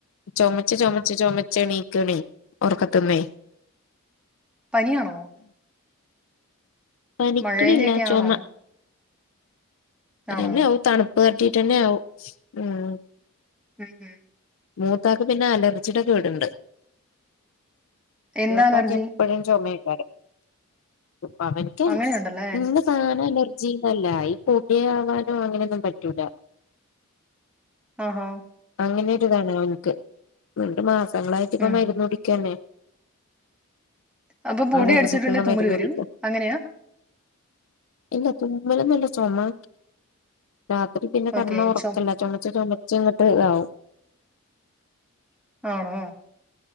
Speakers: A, on the left; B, in the centre.
A: ചുമച്ചു ചുമച്ചു ചുമച്ചു എണീക്കുന്നെ ഉറക്കത്തിനു
B: പനിയാണോ
A: പനിക്കനില്ല
B: മഴേന്റെയൊക്കെ
A: ചുമ
B: ആണോ
A: <inaudible>
B: ആണോ
A: <inaudible>
B: ഉം ഉം
A: മൂത്താക്ക് പിന്നെ അലർജി ടെ ഒകെ ഉണ്ട്
B: എന്താ
A: മൂത്താക്ക്
B: അലർജി
A: എപ്പോഴും ചുമയ <inaudible> അവനക്ക്
B: അങ്ങനെയുണ്ടല്ലേ
A: എല്ലാം സാധനോം അലർജി ഏ പൊടിയൊക്കെ അങ്ങനെയൊന്നും പറ്റില്ല
B: ആഹാ
A: അങ്ങനെ ഒരുതാണ് ഓന്ക്ക് രണ്ട് മാ ങ്ങളായിട്ട് ഇപ്പ
B: ഉം
A: മരുന്ന് കുടിക്കാണേ
B: അപ്പൊ പൊടി
A: അലർജിക്കുള്ള
B: അടിച്ചിട്ടുണ്ടെ തുമ്മല്
A: മരുന്ന്
B: വരും
A: കുടിക്ക
B: അങ്ങനെയാ
A: ഇല്ല തുമ്പലൊന്നുല്ല ചൊമ രാത്രി പിന്നെ കടന്ന
B: ഓക്കെ
A: ഒറക്ക്ല്ല
B: ചൊ
A: ചൊമച്ച് ചെമ ചെമ ആവും
B: ആണോ